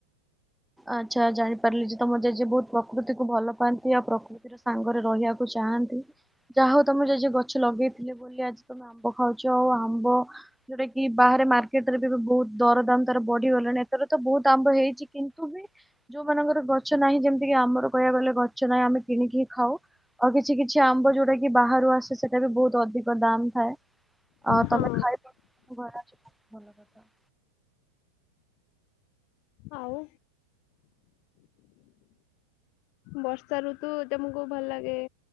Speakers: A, in the centre; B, on the left.
A: ଆଚ୍ଛା ଜାଣି ପାରିଲି ଯେ ତମ ଜେଜେ ବହୁତ ପ୍ରକୃତିକୁୁ ଭଲ ପାଆନ୍ତି ଆଉ ପ୍ରକୃତିର ସାଙ୍ଗରେ ରହିବା କୁ ଚାହାନ୍ତି ଯାହା ହଉ ତମ ଜେଜେ ଗଛ ଲଗେଇଥିଲେ ବୋଲି ଆଜି ତମ ଆମ୍ବ ଖାଉଛ ଆଉ ଆମ୍ବ। ଯୋଉଟା କି ବାହାରେ ମାର୍କେଟ ରେ ବି ଏବେ ବହୁତ ଦରଦାମ ତାର ବଢିଗଲାଣି ଏଥର ତ ବହୁତ ଆମ୍ବ ହେଇଛି କି ତୁ ବି ଯୋଉମାନଙ୍କର ଗଛ ନାହିଁ ଯେମିତିକି ଆମର କହିବାକୁ ଗଲେ ଗଛ ନାହିଁ ଆମେ କିଣିକି ହିଁ ଖାଉ। ଆଉ କିଛି କିଛି ଆମ୍ବ ଯୋଉଟା କି ବାହାରୁ ଆସେ ସେଟା ବି ବହୁତ ଅଧିକ ଦାମ୍ ଥାଏ। ଅ
B: ହଁ
A: ତମେ ଖାଇପାରୁ <inaudible> ଘରେ ଅଛି ଭଲ କଥା।
B: ଆଉ। ବର୍ଷା ଋତୁ ତେମୁକୁ ଭଲ ଲାଗେ।